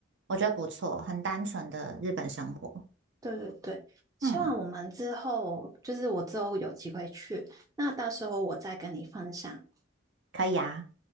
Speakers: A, on the right (about 65°); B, on the right (about 20°).
A: 我觉得不错，很单纯的日本生活。
B: 对对对，希望我们之后就是我之后有机会去，
A: 嗯，
B: 那到时候我再跟你分享
A: 可以啊。